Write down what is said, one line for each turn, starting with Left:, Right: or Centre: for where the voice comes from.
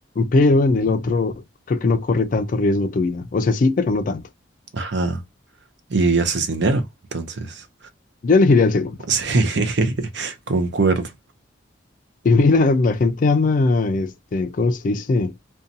Left: pero en el otro creo que no corre tanto riesgo tu vida. O sea, sí, pero no tanto.
Right: Ajá, y haces dinero, entonces.
Left: Yo elegiría el segundo.
Right: Sí,
Left: <laughs>
Right: <laughs> concuerdo,
Left: Y mira, la gente anda, este, ¿cómo se dice?